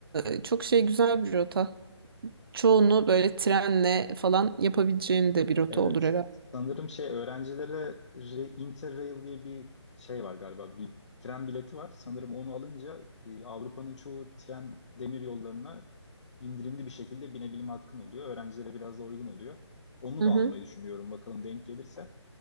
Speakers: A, on the right (about 50°); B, on the left (about 75°).
A: e, çok şey güzel bir rota. Çoğunu böyle trenle falan yapabileceğin de bir rota
B: Evet.
A: olur herhalde.
B: Sanırım şey öğrencilere Re- Interrail diye bir şey var galiba. Bir tren bileti var. Sanırım onu alınca e, Avrupa'nın çoğu tren demir yollarına indirimli bir şekilde binebilme hakkın oluyor. Öğrencilere biraz daha uygun oluyor. Onu
A: Hı
B: da
A: hı.
B: almayı düşünüyorum bakalım denk gelirse.